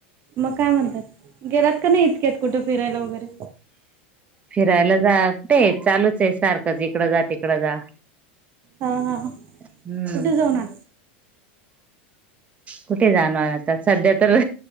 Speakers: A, on the right; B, on the right.
A: मग काय म्हणतात गेलात का नाही इतक्यात कुठं फिरायला वगैरे
B: फिरायला जा कुठे चालूच आहे सारखंच इकडं जा तिकडं जा
A: हा हा
B: हम्म
A: कुठे जाऊन आ
B: कुठे जाणार आता सध्या तर